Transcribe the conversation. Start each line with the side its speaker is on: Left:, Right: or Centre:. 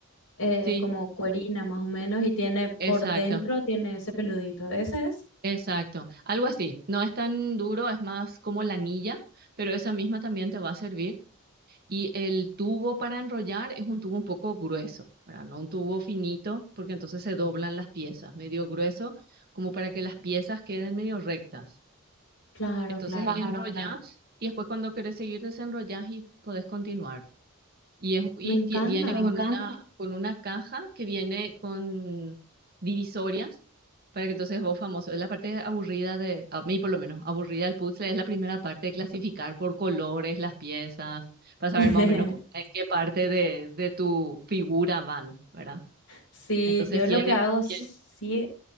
Left: eh,
Right: Sí,
Left: como cuerina más o menos, y tiene
Right: exacto,
Left: por dentro, tiene ese peludito. ¿Ese es?
Right: exacto. Algo así. No es tan duro, es más como la anilla, pero esa misma también te va a servir. Y el tubo para enrollar es un tubo un poco grueso, ¿verdad? No un tubo finito, porque entonces se doblan las piezas, medio grueso, como para que las piezas queden medio rectas.
Left: Claro,
Right: Entonces
Left: claro.
Right: Claro, claro. enrollas y después cuando querés seguir desenrollas y podés continuar. Y, es, y
Left: Me encanta.
Right: ti- viene Me con encanta. una, con una caja que viene con divisorias para que entonces vos famoso. La parte aburrida de, a mí por lo menos, aburrida del puzzle es la primera parte de clasificar por colores las piezas, para saber
Left: <laughs>
Right: más o menos po- en qué parte de, de tu figura van, ¿verdad?
Left: Sí,
Right: Entonces
Left: yo lo
Right: tiene,
Left: que hago sí,
Right: tiene,